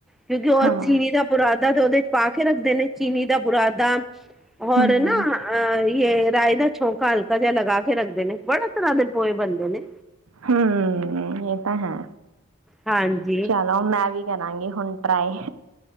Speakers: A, in the centre; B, on the right.
A: ਕਿਉਂਕਿ ਉਹ
B: ਹਾਂ
A: ਅੱਸੀ ਨੀ ਤਾਂ ਪੁਰਾ ਦਾ ਤੇ ਉਹਦੇ ਚ ਪਾ ਕੇ ਰੱਖਦੇ ਨੇ। ਚੀਨੀ ਦਾ ਬੁਰਾਦਾ ਹੋਰ
B: ਹਮ
A: ਨਾ
B: ਹਮ
A: ਅ ਰਾਏ ਦਾ ਛੋਕਾ ਹਲਕਾ ਜਿਹਾ ਲਗਾ ਕੇ ਰੱਖਦੇ ਨੇ। ਬੜੇ ਤਰ੍ਹਾਂ ਦੇ ਪੋਏ ਬਣਦੇ ਨੇ।
B: ਹਾਂ, ਇਹ ਤਾਂ ਹੈ।
A: ਹਾਂਜੀ
B: ਚਲੋ, ਮੈਂ ਵੀ ਕਰਾਂਗੀ ਹੁਣ ਟਰਾਈ।